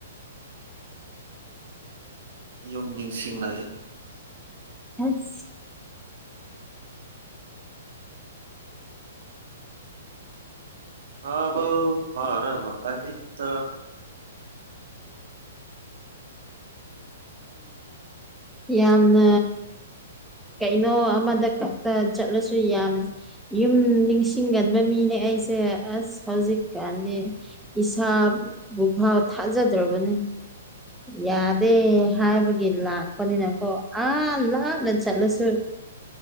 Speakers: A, on the right; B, in the centre.
A: ꯌꯨꯝ ꯅꯤꯡꯁꯤꯡꯂꯛꯑꯏ
B: ꯑꯁ
A: ꯀꯕꯜ ꯐꯔꯕ ꯑꯛꯇ
B: ꯌꯥꯝꯅ ꯀꯩꯅꯣ ꯑꯃꯗ ꯈꯛꯇ ꯆꯠꯂꯁꯨ ꯌꯥꯝ ꯌꯨꯝ ꯅꯤꯡꯁꯤꯡꯒꯟꯕ ꯃꯤꯅꯦ ꯑꯩꯁꯦ ꯑꯁ ꯍꯧꯖꯤꯛꯀꯥꯟꯗꯤ ꯏꯁꯥꯞ ꯕꯨꯐꯥ ꯊꯥꯖꯗ꯭ꯔꯕꯅꯦ ꯌꯥꯗꯦ ꯍꯥꯏꯕꯒꯤ ꯂꯥꯛ ꯄꯅꯤꯅꯀꯣ ꯑ ꯂ ꯅ ꯆꯠꯂꯁꯨ